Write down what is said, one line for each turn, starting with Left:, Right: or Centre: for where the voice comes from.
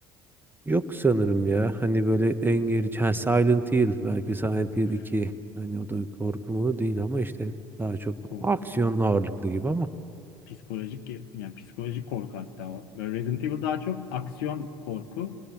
Right: Yok sanırım ya. Hani böyle en gerici. Ha, Silent Hill. Belki Silent
Left: Üf,
Right: Hill 2. Hani o da korku değil ama işte daha çok
Left: korkacağım.
Right: aksiyon ağırlıklı gibi ama.
Left: Psikolojik ge- yani psikolojik korku hatta o. Böyle Resident Evil daha çok aksiyon korku